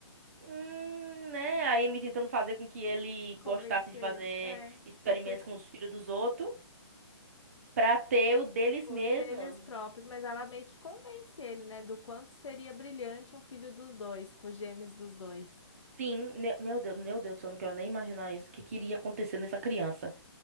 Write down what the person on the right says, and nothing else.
Hum, né? A Amy tentando fazer com que ele gostasse
de fazer
experimentos
com os filhos dos outros pra ter o deles
mesmos.
Sim, me- meu Deus, meu Deus, eu não quero nem imaginar isso. O que queria acontecer nessa criança?